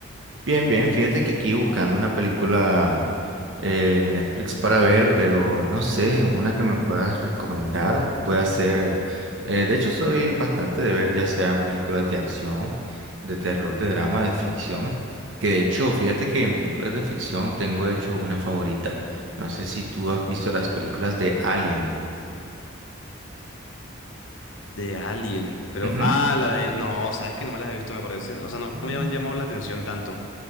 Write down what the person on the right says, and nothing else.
Bien, bien, fíjate que aquí buscando una película eh, en Netflix para ver, pero no sé, una que me puedas recomendar, puede ser, eh, de hecho soy bastante de ver ya sean películas de acción, de terror, de drama, de ficción, que de hecho, fíjate que en películas de ficción tengo de hecho una favorita, no sé si tú has visto las películas de Alien.
Ujú.
Mm.